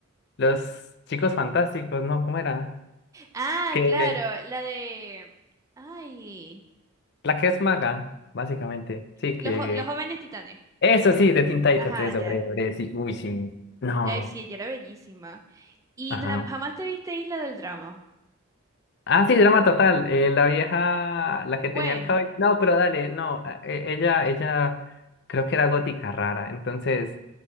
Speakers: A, on the left; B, on the right.
A: los chicos fantásticos, ¿no? ¿Cómo era?
B: Ah,
A: Que,
B: claro, la de... Ay,
A: la que es maga, básicamente. Sí,
B: los,
A: que,
B: jo- los jóvenes titanes.
A: eso sí, de Teen Titans,
B: Ajá,
A: eso,
B: ya.
A: breve, breve, sí. Uy, sí. No,
B: Ay, sí, ella era bellísima. ¿Y
A: ajá.
B: na- jamás te viste Isla del Drama?
A: Ah, sí, drama total. eh, la vieja, la que
B: Gwen,
A: tenía el cabello. No, pero dale, no. eh, eh, ella, ella creo que era gótica rara. Entonces,